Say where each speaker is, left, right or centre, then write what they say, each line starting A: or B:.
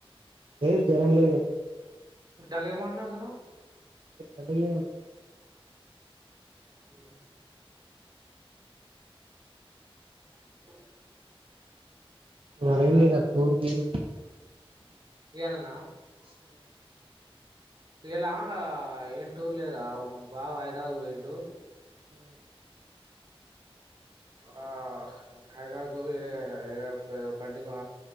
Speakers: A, on the right; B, on the right.
A: లేద్ జరం లేదు
B: డల్లుగ మాట్లాడుతుాన్నావు
A: రెప్ పొద్దున్ లేవాలె
B: హు <unintelligible>
A: మరేం
B: ఇంకా
A: లేద్ అక్కో దియే
B: ఇయాలనా
A: శె
B: ఫెలా ఏం టూర్ లేదరా ఒక్ బావాహైద్రావాద్ వోయిండు
A: ఉ
B: ఆ హైదరవాద్ కు వేరే ఏన ఏరే బె బండికా